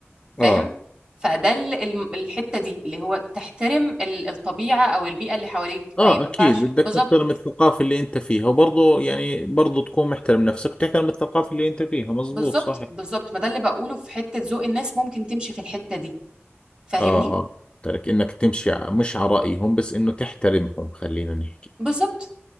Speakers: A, on the right; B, on the left.
A: فاهم
B: اه
A: فده ال- ال- الحتة دي اللي هو تحترم ال- الطبيعة او البيئة اللي حواليك
B: اه
A: ما ينفعش
B: اكيد بدك
A: بالظبط
B: تحترم الثقافة اللي انت فيها وبرضه يعني برضه تكون محترم نفسك وتحترم الثقافة اللي انت فيها مزبوط
A: بالظبط
B: صح
A: بالظبط ما ده اللي بقوله في حتة ذوق الناس ممكن تمشي في الحتة دي فاهمني
B: اه اه ترك انك تمشي ع- مش على رأيهم بس انه تحترمهم خلينا نحكي
A: بالظبط